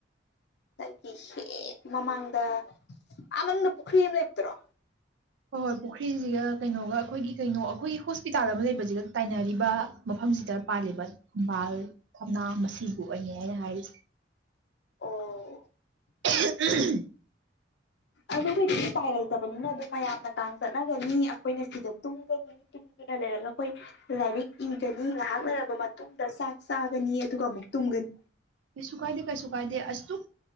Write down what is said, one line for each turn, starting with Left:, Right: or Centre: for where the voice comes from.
Left: ꯅꯪꯒꯤ ꯍꯦꯛ ꯃꯃꯥꯡꯗ ꯑꯥ ꯃꯅꯨꯡꯗ ꯄꯨꯈ꯭ꯔꯤ ꯑꯝ ꯂꯩꯕꯗꯨꯔꯣ
Right: ꯍꯣꯏ ꯍꯣꯏ ꯄꯨꯈ꯭ꯔꯤꯖꯤꯒ ꯀꯩꯅꯣꯒ ꯑꯈꯣꯏꯒꯤ ꯀꯩꯅꯣ ꯑꯈꯣꯏꯒꯤ ꯍꯣꯁꯄꯤꯇꯥꯜ ꯑꯃ ꯂꯩꯕꯖꯤꯒ ꯇꯥꯏꯅꯔꯤꯕ ꯃꯐꯝꯖꯤꯗ ꯄꯥꯜꯂꯤꯕ ꯊꯝꯕꯥꯜ ꯊꯝꯅ ꯃꯁꯤꯕꯨ ꯑꯣꯏꯅꯦ ꯑꯩꯅ ꯍꯥꯏꯔꯤꯖꯦ
Left: ꯑꯣ
Right: <unintelligible>
Left: ꯑꯗꯨ ꯈꯣꯏꯗꯤ ꯎꯄꯥꯏ ꯂꯩꯇꯕꯅꯤꯅ ꯑꯗꯨꯝ ꯃꯌꯥꯝꯅ ꯀꯥꯡ ꯆꯠꯅꯒꯅꯤ ꯑꯈꯣꯏꯅ ꯁꯤꯗ ꯇꯨꯝꯒꯅꯤ ꯇꯨꯝꯗꯅ ꯂꯩꯔꯒ ꯑꯈꯣꯏ ꯂꯥꯏꯔꯤꯛ ꯏꯒꯅꯤ ꯉꯥꯍꯛ ꯂꯩꯔꯕ ꯃꯇꯨꯡꯗ ꯆꯥꯛ ꯆꯥꯒꯅꯤ ꯑꯗꯨꯒ ꯑꯃꯨꯛ ꯇꯨꯝꯒꯅꯤ
Right: ꯀꯩꯁꯨ ꯀꯥꯏꯗꯦ ꯀꯩꯁꯨ ꯀꯥꯏꯗꯦ ꯑꯁꯨꯛ